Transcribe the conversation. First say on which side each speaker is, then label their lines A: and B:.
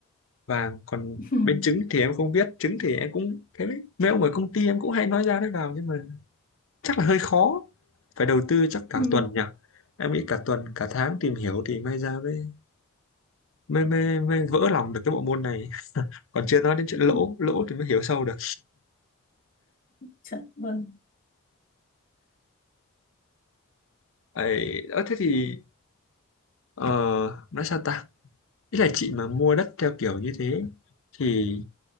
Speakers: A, on the left (about 65°); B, on the left (about 40°).
A: Vàng còn
B: <laughs>
A: bên trứng thì em không biết, trứng thì em cũng thấy đấy. Mấy ông ở công ty em cũng hay nói ra nói vào nhưng mà chắc là hơi khó. Phải đầu tư chắc cả
B: ừ.
A: tuần nhỉ. Em nghĩ cả tuần, cả tháng tìm hiểu thì may ra mới mới mới, mới vỡ lòng được cái bộ môn này. <laughs> Còn chưa nói đến chuyện
B: Ừ.
A: lỗ, lỗ thì mới hiểu sâu được.
B: Chật vâng
A: Ấy, ờ, thế thì ờ, nói sao ta? Ý là chị mà mua đất theo kiểu như thế thì